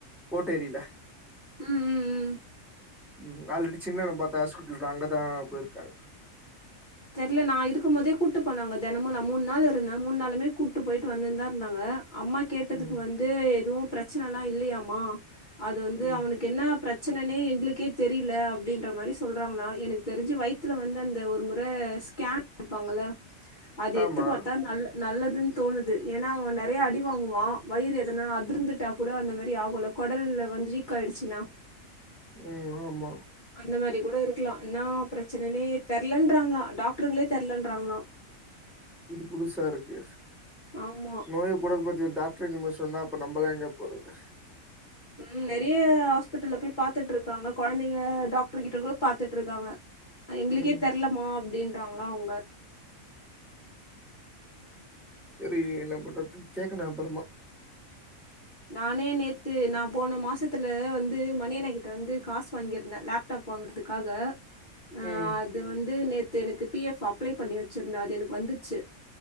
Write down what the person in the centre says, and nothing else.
ஓட்டேரில
உம் ஆல்ரெடி சின்னன்ன பாத்தா ஹாஸ்பிட்டல் தா அங்கதா போயிருக்காங்க
ம்
ம்
ஆமா
உம் ஆமா
இது புதுசா இருக்கு
நோய குணப்படுத்திய டாக் ரே இப்படிசொன்னா அப்ப நம்மெலாம் எங்க போறது
ம்
சரி என்ன பண்றது கேக்கணும் அப்பறமா
ம்